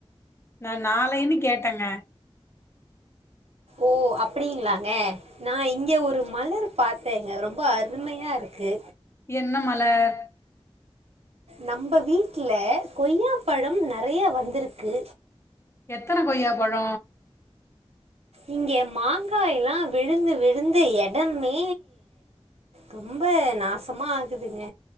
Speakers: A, on the left; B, on the right.
A: நா நாளைன்னு கேட்டங்க
B: ஓ அப்படிங்களாங்க நான் இங்க ஒரு மலர் பாத்தேங்க ரொம்ப அருமையா இருக்கு
A: என்ன மலர்
B: நம்ம வீட்ல கொய்யா பழம் நறையா வந்திருக்கு
A: எத்தன கொய்யா பழோ
B: இங்க மாங்கா எல்லா விழுந்து விழுந்து எடமே ரொம்ப நாசமா ஆகுதுங்க